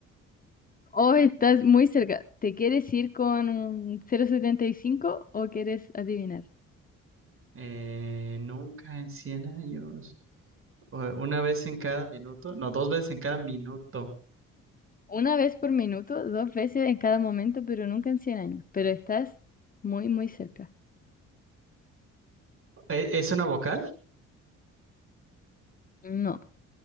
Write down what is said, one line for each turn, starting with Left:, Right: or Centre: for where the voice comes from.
Left: Oh, estás muy cerca. ¿Te quieres ir con un cero coma setenta y cinco o quieres adivinar?
Right: Eh, nunca en 100 años. O- Una vez en cada minuto. No, dos veces en cada minuto.
Left: Una vez por minuto, dos veces en cada momento, pero nunca en 100 años. Pero estás muy, muy cerca.
Right: ¿E- ¿Es una vocal?
Left: No,